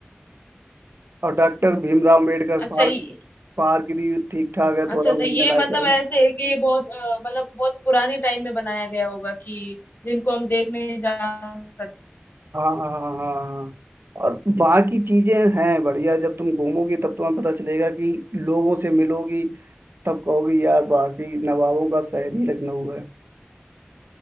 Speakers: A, on the right (about 65°); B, on the left (about 55°).
A: और doctor Bhimrao Ambedkar
B: अच्छा
A: park
B: ये-
A: park भी ठीक ठाक है थोड़ा
B: अच्छा
A: घूमने
B: तो ये
A: लायक
B: मतलब
A: है
B: ऐसे है कि ये बहुत अ, मतलब बहुत पुराने टाइम में बनाया गया होगा कि जिनको हम देखने जा सकते
A: हाँ हाँ हाँ हाँ और वहाँ की चीजें हैं बढ़िया जब तुम घूमोगी तब तुम्हें पता चलेगा कि लोगों से मिलोगी तब कहोगे यार वाकई नवाबों का शहर ही लखनऊ है